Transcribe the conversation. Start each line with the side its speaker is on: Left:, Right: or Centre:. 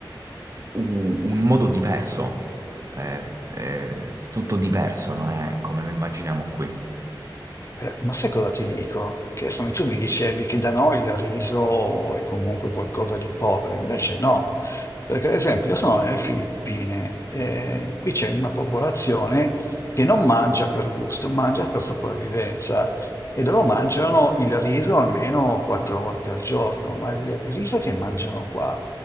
Right: u- un modo diverso. È, è tutto diverso, non è come lo immaginiamo qui.
Left: Eh, ma sai cosa ti dico? Che insomma, tu mi dicevi che da noi il riso è comunque qualcosa di povero, invece no, perché ad esempio io sono nelle Filippine e qui c'è una popolazione che non mangia per gusto, mangia per sopravvivenza e loro mangiano il riso almeno quattro volte al giorno, ma il riso che mangiano qua